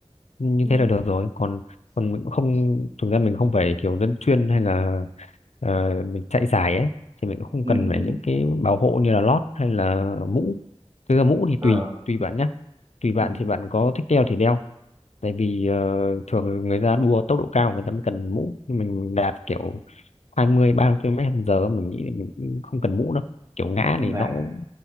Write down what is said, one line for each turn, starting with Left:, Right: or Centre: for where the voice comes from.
Left: như
Right: ừ
Left: thế là được rồi còn còn mình cũng không thực ra mình không phải kiểu dân chuyên hay là ờ, mình chạy giải ấy thì mình cũng không
Right: Ừ.
Left: cần phải
Right: ừ
Left: những cái bảo hộ như là lót hay là mũ thực ra mũ thì
Right: Ờ,
Left: tùy tùy bạn nhé tùy bạn
Right: ừ.
Left: thì bạn có thích đeo thì đeo tại vì ờ, thường người ta đua tốc độ cao người ta mới cần mũ Nhưng mình đạp kiểu hai mươi ba mươi ki lô mét một giờ mình nghĩ là mình cũng không cần mũ đâu kiểu ngã
Right: Nhưng
Left: thì
Right: mà
Left: nó cũng